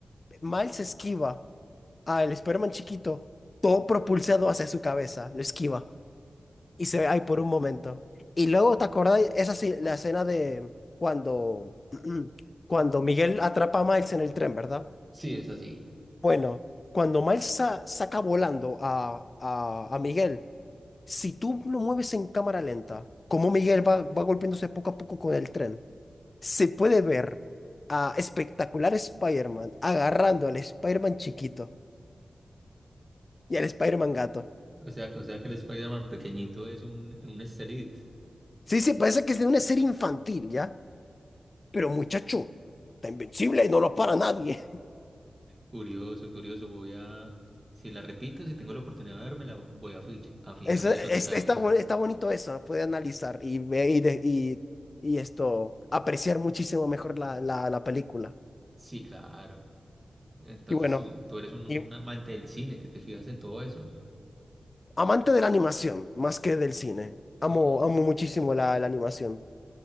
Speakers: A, on the left; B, on the right.
A: Miles esquiva al Spider-Man chiquito, todo propulsado hacia su cabeza, lo esquiva y se ve ahí por un momento. Y luego, ¿te acordás? Esa sí, la escena de cuando, <clears throat> cuando Miguel atrapa a Miles en el tren, ¿verdad?
B: sí, es así.
A: Bueno, cuando Miles sa- saca volando a, a, a Miguel, si tú lo mueves en cámara lenta, como Miguel va, va golpeándose poco a poco con el tren, se puede ver a espectacular Spider-Man agarrando al Spider-Man chiquito. Y el Spider-Man gato.
B: O sea, o sea que el Spider-Man pequeñito es un, un easter egg.
A: Sí, sí, parece que es de una serie infantil, ¿ya? Pero muchacho, está invencible y no lo para nadie.
B: Curioso, curioso. Voy a, si la repito, si tengo la oportunidad de verme, la voy a, fi-
A: <laughs>
B: a fijarme
A: Eso,
B: en
A: es-
B: esos detalles.
A: está, bu- está bonito eso, ¿eh? puede analizar y, ve- y, de- y, y esto, apreciar muchísimo mejor la, la, la película.
B: Sí, claro. Entonces
A: Y bueno,
B: tú, tú eres un, un
A: y
B: amante del cine que te fijas en todo eso.
A: amante de la animación, más que del cine. Amo,
B: Oh,
A: amo muchísimo la, la animación.